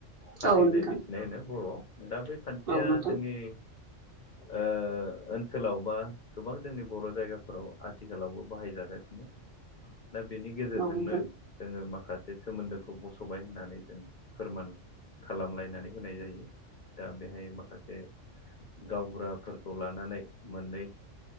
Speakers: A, on the left; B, on the right.
A: फाथैलाय
B: औ नोंथां
A: बिसिनाय होनो बर'आव दा बे खान्थिया
B: औ नोंथां
A: जोंनि। ओ। ओनसोलाव बा गोबां जोंनि बर' जायगाफोराव आथिखालावबो बाहायजागासिनो। दा बेनि गेजेरजोंनो।
B: औ नोंथां
A: जोङो माखासे सोमोन्दोखौ बस'बाय होननानै जों फोरमान। खालामलायनानै होनाय जायो दा बेहाय माखासे। गावबुराफोरखौ लानानै मोननै।